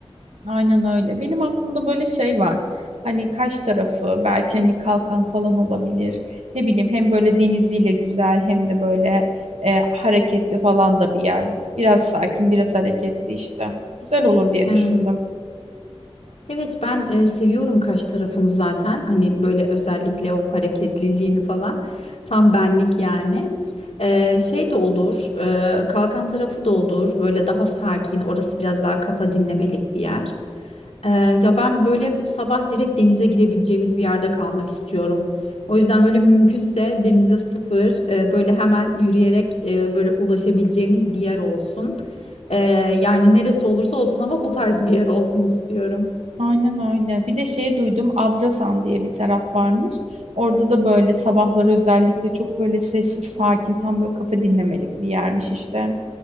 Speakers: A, on the right; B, on the left.
A: Aynen öyle. Benim aklımda böyle şey var. Hani kaş tarafı belki hani kalkan falan olabilir. Ne bileyim hem böyle deniziyle güzel hem de böyle e, hareketli falan da bir yer. Biraz sakin, biraz hareketli işte. Güzel olur diye
B: Evet.
A: düşündüm.
B: Evet ben e, seviyorum kaş tarafını zaten. Hani böyle özellikle o hareketliliğini falan. Tam benlik yani. E, şey de olur. e, kalkan tarafı da olur. Böyle daha sakin. Orası biraz daha kafa dinlemelik bir yer. E, ya ben böyle sabah direkt denize girebileceğimiz bir yerde kalmak istiyorum. O yüzden böyle mümkünse denize sıfır e, böyle hemen yürüyerek e, böyle ulaşabileceğimiz bir yer olsun. E, yani neresi olursa olsun ama bu tarz bir yer olsun istiyorum.
A: Aynen öyle. Bir de şey duydum, Adrasan diye bir taraf varmış. Orada da böyle sabahları özellikle çok böyle sessiz, sakin, tam böyle kafa dinlemelik bir yermiş işte.